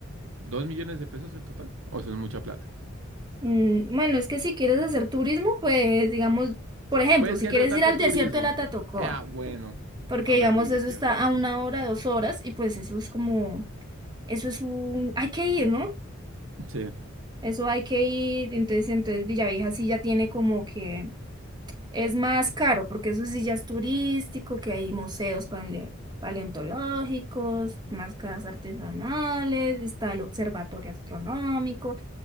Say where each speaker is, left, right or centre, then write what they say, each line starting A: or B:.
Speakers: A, on the right; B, on the right.
A: ¿Dos millones de pesos en total? O eso es mucha plata.
B: Mm, Bueno, es que si quieres hacer turismo, pues digamos, por ejemplo,
A: Pues
B: si
A: que
B: quieres
A: no es tanto
B: ir al
A: turismo.
B: desierto de la Tatacoa,
A: Ah, bueno,
B: ¿no? porque
A: a
B: digamos
A: ver,
B: eso
A: es cierto.
B: está a una hora, dos horas, y pues eso es como, eso es un, hay que ir, ¿no?
A: Sí,
B: Eso hay que ir, entonces, entonces Villavieja sí ya tiene como que es más caro, porque eso sí ya es turístico, que hay museos paleo- paleontológicos, máscaras artesanales, está el observatorio astronómico.